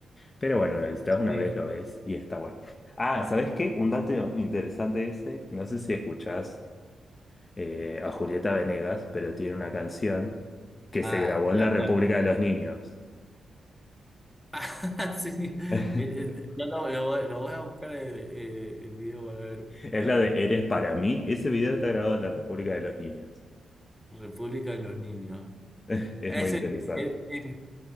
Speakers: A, on the left; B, in the centre.
A: Pero bueno, lo visitas una
B: sí.
A: vez, lo ves, y está bueno. Ah, ¿sabés qué? Un dato interesante ese, no sé si escuchás eh, a Julieta Venegas, pero tiene una canción que
B: Ah,
A: se grabó
B: la,
A: en la República
B: la,
A: de los Niños.
B: <laughs> sí.
A: <laughs>
B: Mire, eh, No, no, lo, voy lo voy a buscar el, eh, el video para ver qué
A: Es
B: onda.
A: la de Eres para mí. Ese video está grabado en la República de los Niños.
B: República de los Niños.
A: Es
B: Es
A: muy interesante.
B: el- el- el-